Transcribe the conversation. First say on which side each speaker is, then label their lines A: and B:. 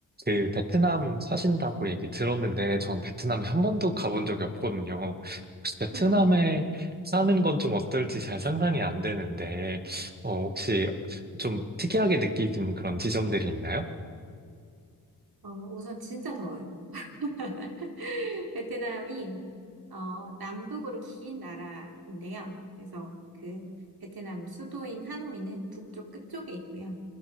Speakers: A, on the right (about 25°); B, on the right (about 80°).
A: 그 베트남 사신다고 얘기 들었는데 전 베트남에 한 번도 가본 적이 없거든요. 혹시 베트남에
B: <laughs>
A: 사는 건 좀 어떨지 잘 상상이 안 되는데 어, 혹시 좀 특이하게 느끼는 그런 지점들이 있나요?
B: 어, 우선 진짜 더워요. <laughs> 베트남이 어, 남북으로 긴 나라인데요. 그래서 그 베트남 수도인 하노이는 북쪽 끝쪽에 있고요.